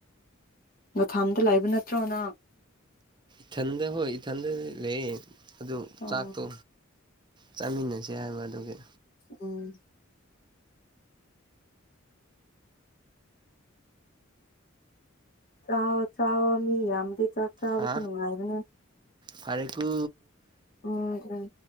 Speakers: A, on the left; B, on the right.
A: ꯅꯊꯟꯗ ꯂꯩꯕ ꯅꯠꯇ꯭ꯔꯣ ꯅꯪ
B: ꯏꯊꯟꯗ ꯍꯣꯏ ꯏꯊꯟꯗꯗꯤ ꯂꯩꯌꯦ ꯑꯗꯨ
A: ꯑꯣ
B: ꯆꯥꯛꯇꯣ ꯆꯥꯃꯤꯟꯅꯁꯦ ꯍꯥꯏꯕ ꯑꯗꯨꯒꯤ
A: ꯎꯝ ꯆꯥꯋꯣ ꯆꯥꯋꯣ ꯃꯤ ꯌꯥꯝꯃꯗꯤ ꯆꯥꯛ ꯆꯥꯕꯁꯨ
B: ꯍꯥ
A: ꯅꯨꯡꯉꯥꯏꯕꯅꯦ
B: ꯐꯔꯦꯀꯨ
A: ꯎꯝ